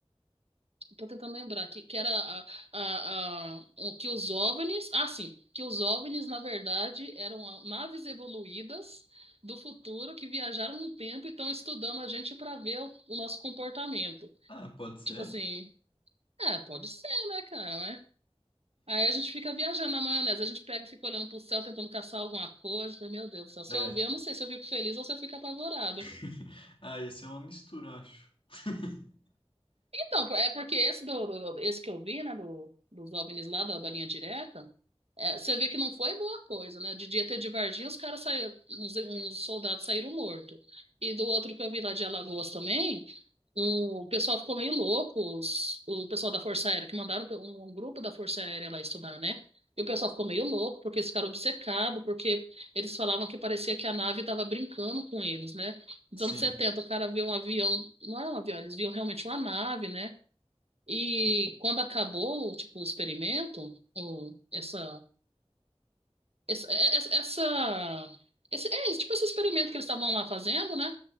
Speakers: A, on the right; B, on the left.
A: Tô tentando lembrar que, que era a, a, a, o que os OVNIs. Ah, sim, que os OVNIs, na verdade, eram naves evoluídas do futuro que viajaram no tempo e estão estudando a gente para ver o, o nosso comportamento.
B: Ah, pode ser?
A: Tipo assim, é, pode ser, né, cara, né? Aí a gente fica viajando na maionese, a gente pega e fica olhando pro céu, tentando caçar alguma coisa. Fala, Meu Deus do céu, se
B: É.
A: eu ver, eu não sei se eu fico feliz ou se eu fico apavorado.
B: <laughs> Ah, ia ser uma mistura, acho. <laughs>
A: Então, é porque esse, do, do- esse que eu vi, né, do, dos OVNIs lá da, da linha direta, é, você vê que não foi boa coisa, né? De dia ter de Varginha, os caras saíram, uns, uns soldados saíram mortos. E do outro que eu vi lá de Alagoas também, um- o pessoal ficou meio louco, os- o pessoal da Força Aérea, que mandaram um, um grupo da Força Aérea lá estudar, né? E o pessoal ficou meio louco, porque eles ficaram obcecados, porque eles falavam que parecia que a nave estava brincando com eles, né? Nos
B: Sim,
A: anos 70 o cara vê um avião, não é um avião, eles viam realmente uma nave, né? E quando acabou, tipo, o experimento, o, essa, essa, essa, essa- esse, é, tipo, esse experimento que eles estavam lá fazendo, né?